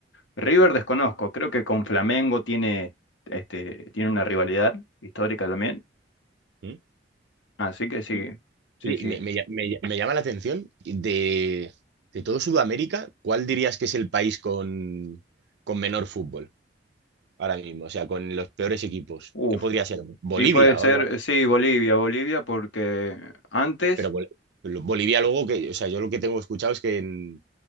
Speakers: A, on the left; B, on the right.
A: River
B: mm,
A: desconozco, creo que con Flamengo tiene, este, tiene una rivalidad histórica también.
B: mm.
A: Así que sí,
B: Y,
A: sí,
B: y
A: sí.
B: me, me lla- me lla- me llama la atención de, de todo Sudamérica, ¿cuál dirías que es el país con, con menor fútbol ahora mismo? O sea, con los peores equipos.
A: Uf.
B: ¿Qué podría ser? ¿Bolivia
A: Y puede ser,
B: o algo
A: sí, Bolivia, Bolivia, porque antes
B: Pero Bol- Bolivia luego, que, o sea, yo lo que tengo escuchado es que en,